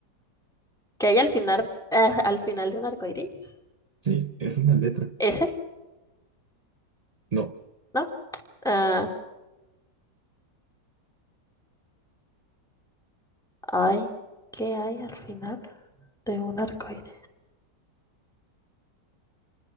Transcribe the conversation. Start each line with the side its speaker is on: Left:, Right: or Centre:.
Centre: que hay al final, ah, al final de un arco iris.
Right: Sí, es una letra.
Centre: ¿Ese?
Right: No,
Centre: ¿No? Ah, ay, ¿qué hay al final de un arco iris?